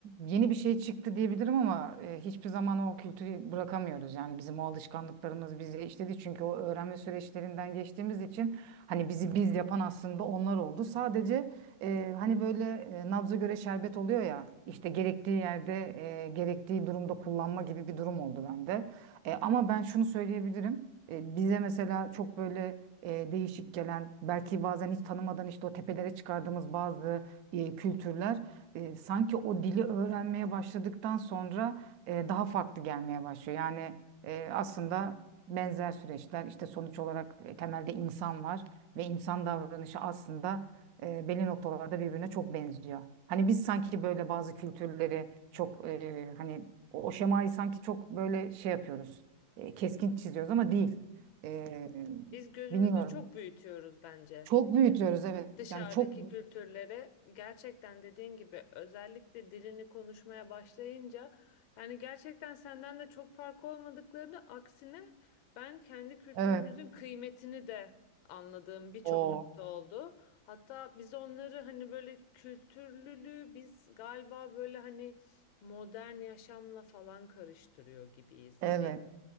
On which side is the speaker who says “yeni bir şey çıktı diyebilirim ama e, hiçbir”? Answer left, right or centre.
Right